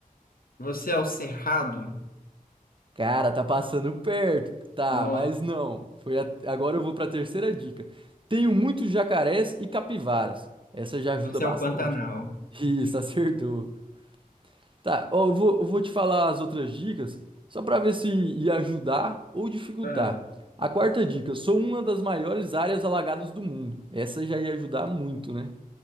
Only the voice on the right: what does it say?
Cara, tá passando perto. Tá,
mas não. Foi a- Agora eu vou pra terceira dica. Tenho muitos jacarés e capivaras. Essa já ajuda
bastante.
Isso, acertou. Tá, ó, eu vou, eu vou te falar as outras dicas, só pra ver se ia ajudar ou dificultar.
A quarta dica, sou uma das maiores áreas alagadas do mundo. Essa já ia ajudar muito, né?